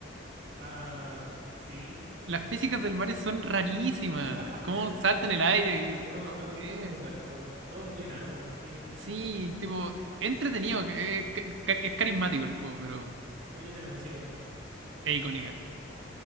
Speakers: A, on the right; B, on the right.
A: Ah, sí.
B: Las físicas del Mario son rarísimas.
A: <laughs>
B: Cómo salta en el aire y
A: Uno
B: no
A: no, uno
B: sé.
A: se acostumbra a este juego. Todo es muy enano, eso sí.
B: Sí, tipo, entretenido. eh, Es, es carismático el juego, pero
A: ¿Qué opinas de la música del juego?
B: es icónica.